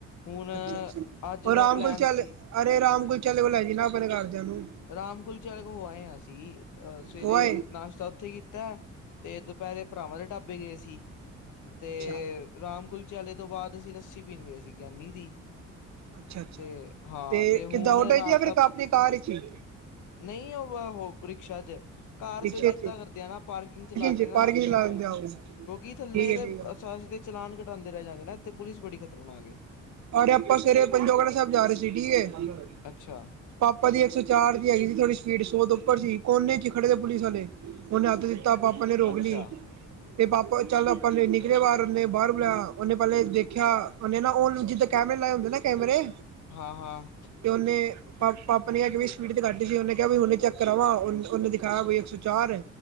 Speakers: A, on the left; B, on the right.
A: ਹੁਣ
B: ਅੱਛਾ-ਅੱਛਾ
A: ਅੱਜ
B: ਉਹ
A: ਦਾ-
B: ਰਾਮ
A: ਪਲੈਨ
B: ਕੁਲਚੱਲ
A: ਸੀ
B: ਅਰੇ ਰਾਮ ਕੁਲਚੱਲ ਵਾਲ ਲੈ ਜ ਨਾ ਆਪਣੇ ਕਰਦਿਆਂ ਨੂੰ-
A: ਰਾਮ ਕੁਲਚਾਰ ਹੋ ਆਏ ਹਾਂ ਅਸੀਂ ਅਹ ਸਵੇਰੇ-
B: ਉਹ ਆਏ
A: ਨਾਸ਼ਤਾ ਉੱਥੇ ਕੀਤਾ ਤੇ ਦੁਪੈਰੇ ਭਰਾਵਾਂ ਦੇ ਢਾਬੇ ਗਏ ਸੀ ਤੇ-
B: ਅੱਛਾ
A: ਰਾਮ ਕੁਲਚੇ ਆਲੇ ਤੋਂ ਬਾਅਦ ਅਸੀਂ ਲਸੀ ਪੀਣ ਗਏ ਸੀ ਗਿਆਨੀ ਦੀ-
B: ਅੱਛਾ-ਅੱਛਾ
A: ਤੇ ਹਾਂ ਤੇ ਹੁਣ
B: ਕਿੱਦਾਂ ਆਟੋ
A: ਰਾਤ-
B: ਚ ਜਾਂ ਫਿਰ ਆਪਣੀ ਕਾਰ ਵਿਚ ਹੀ
A: ਨਹੀਂ ਉਹ ਉਹ ਰਿਕਸ਼ਾ ਚ- ਕਾਰ
B: ਰਿਕਸ਼ੇ
A: ਤੇ ਅਸੀਂ ਏਦਾਂ ਕਰਦੇ ਹ ਨਾ ਪਾਰਕਿੰਗ ਚਲਾ
B: ਚ
A: ਕੇ ਨਾ
B: ਪਾਰਕਿੰਗ
A: ਹਾਂ-
B: ਲਾ ਦਿੰਦੇ ਆ ਉਹ ਠੀਕ
A: ਕਿਉਂਕਿ ਥੱਲੇ
B: ਹੈ
A: ਦੇ
B: ਠੀਕ ਆ
A: ਅਸੀ ਦੇ ਚਲਾਨ ਕਟਾਂਦੇ ਰਹਿ ਜਾਂਗੇ ਨਾ ਤੇ ਪੁਲਿਸ ਬੜੀ ਖਤਰਨਾਕ-
B: ਰ ਆਪਾਂ ਸਵੇਰੇ ਪੰਜੋਗੜਾ ਸਾਹਿਬ ਜਾ ਰਹੇ ਸੀ ਠੀਕ ਹੈ-
A: ਅੱਛਾ-
B: ਪਾਪਾ ਦੀ ਇੱਕ ਸੌ ਚਾਰ ਦੀ ਹੈਗੀ ਸੀ ਥੋਡੀ ਸਪੀਡ ਸੋਤ ਉੱਪਰ ਸੀ ਕੋਨੇ ਚ ਖੜੇ ਦੇ ਪੁਲਿਸ ਵਾਲੇ- ਉਹਨੇ ਹੱਥ ਦਿੱਤਾ ਪਾਪਾ ਨੇ ਰੋਕ
A: ਅੱਛਾ
B: ਲਈ- ਤੇ ਪਾਪਾ ਚੱਲ ਆਪਾਂ ਨਿਕਲੇ ਬਾਹਰ ਉਹਨੇ ਬਾਹਰ ਬੁਲਾਇਆ ਉਹਨੇ ਪੈਲੇ ਦੇਖਿਆ ਉਹਨੇ ਨਾ ਉਹ ਜ- ਕੈਮਰੇ ਲਾਏ ਹੁੰਦੇ ਨਾ ਕੈਮਰੇ-
A: ਹਾਂ ਹਾਂ-
B: ਕਿ ਉਹਨੇ- ਪਾ ਪਾਪਾ ਨੇ ਕਿਹਾ ਕਿ ਸਪੀਡ ਤੇ ਕੱਟੀ ਸੀ ਉਹਨੇ ਕਿਹਾ ਵੀ ਹੁਨੇ ਚੱਕ ਕਰਾਵਾ ਉਹਨੇ ਦਿਖਾਇਆ ਕੋਈ ਇੱਕ ਸੌ ਚਾਰ-